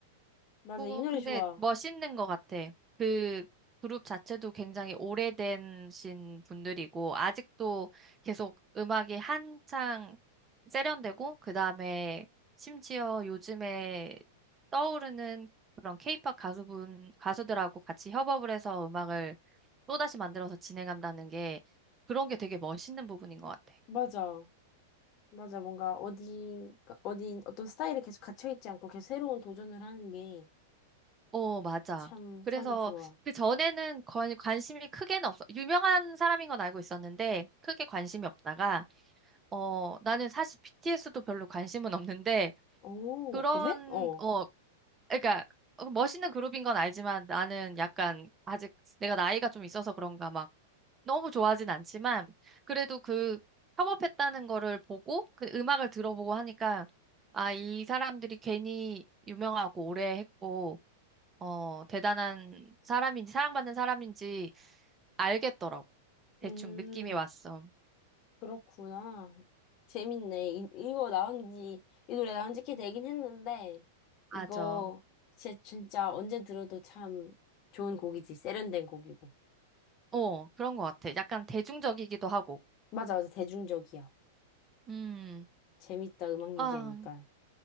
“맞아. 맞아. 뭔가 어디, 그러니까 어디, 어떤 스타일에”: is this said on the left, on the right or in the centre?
Left